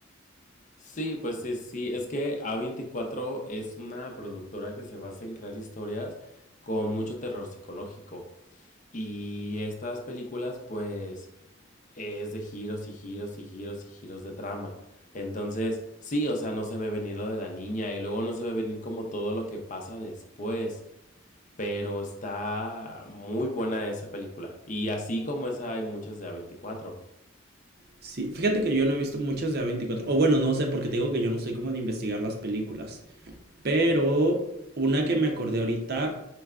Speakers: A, on the left; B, on the right.
A: Sí, pues sí, sí, es que a veinticuatro es una productora que se basa en crear historias con mucho terror psicológico. Y estas películas, pues, es de giros y giros y giros y giros de trama. Entonces, sí, o sea, no se ve venir lo de la niña y luego no se ve venir como todo lo que pasa después. Pero está muy buena esa película. Y así como esa hay muchas de a veinticuatro.
B: Sí, fíjate que yo no he visto muchas de a veinticuatro O bueno, no sé, porque te digo que yo no soy como de investigar las películas. Pero una que me acordé ahorita.